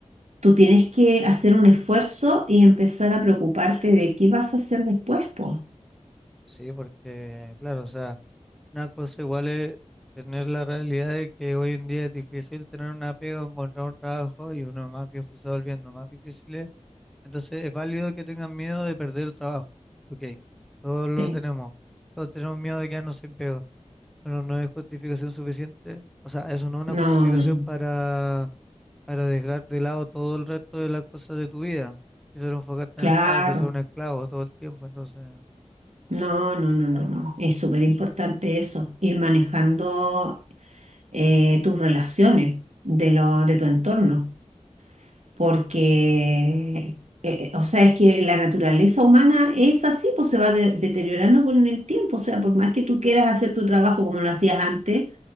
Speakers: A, on the right; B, in the centre.
A: tú tienes que hacer un esfuerzo y empezar a preocuparte de qué vas a hacer después, pues.
B: sí, porque, claro, o sea, una cosa igual es tener la realidad de que hoy en día es difícil tener una pega, o encontrar un trabajo y uno más viejo se va volviendo más difícil Entonces es válido que tengan miedo de perder el trabajo. Ok, todos lo
A: Sí.
B: tenemos. Todos tenemos miedo de quedarnos sin pega. Pero no es justificación suficiente. O sea, eso no es una
A: No,
B: justificación
A: mm,
B: para, para dejar de lado todo el resto de las cosas de tu vida. Y solo enfocarte
A: claro.
B: en el trabajo, es ser un esclavo todo el tiempo. Entonces,
A: No, no, no, no, no. Es súper importante eso, ir manejando eh, tus relaciones, de, lo, de tu entorno, porque, eh, o sea, es que la naturaleza humana es así, pues se va de- deteriorando con el tiempo, o sea, por más que tú quieras hacer tu trabajo como lo hacías antes,